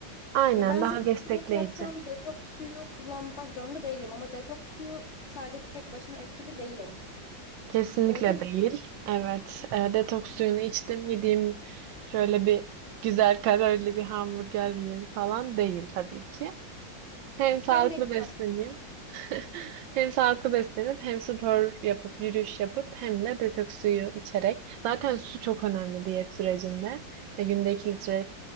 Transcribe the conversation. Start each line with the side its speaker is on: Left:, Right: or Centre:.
Right: Aynen
Left: Ya ben
Right: daha
Left: sadece
Right: destekleyici.
Left: diyet yapsam detoks suyu kullanmak zorunda değilim ama detoks suyu sadece tek başına etkili değil o zaman.
Right: Kesinlikle
Left: Öyle mi?
Right: değil. Evet. E, detoks suyunu içtim. Yediğim şöyle bir güzel kalorili bir hamburger yiyeyim falan değil tabii ki. Hem sağlıklı
Left: Tam benim.
Right: besleneyim. <laughs> Hem sağlıklı beslenip hem spor yapıp yürüyüş yapıp hem de detoks suyu içerek. Zaten su çok önemli diyet sürecinde. E, günde 2 litre